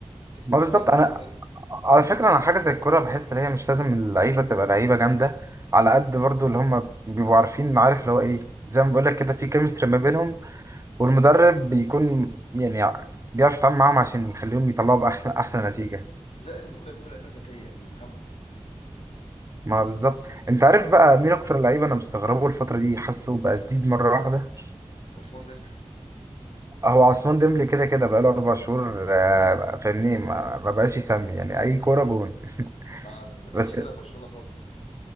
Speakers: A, on the left; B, on the right.
A: كسب
B: ما
A: بيهم
B: بالظبط
A: تقريبا كل
B: انا
A: الناس
B: على فكره انا حاجه زي الكوره بحس ان هي مش لازم اللعيبه تبقى لعيبه جامده على قد برضو اللي هم بيبقوا عارفين عارف اللي هو ايه زي ما بقول لك كده في كيمستري ما بينهم والمدرب بيكون يعني بيعرف يتعامل معاهم عشان يخليهم يطلعوا باحسن احسن نتيجه
A: زائد ان هم يكونوا لعيبه ذكيه بيفهموا
B: ما بالظبط انت عارف بقى مين اكتر لعيبه انا مستغربه الفتره دي حاسه بقى جديد مره واحده
A: عثمان ديمبلي
B: هو عثمان ديمبلي كده كده بقاله اربع شهور آه، فاهمني ما ما بقاش يسمي يعني اي كوره جون <laughs>
A: ما ما كانش
B: بس
A: كده في برشلونه خالص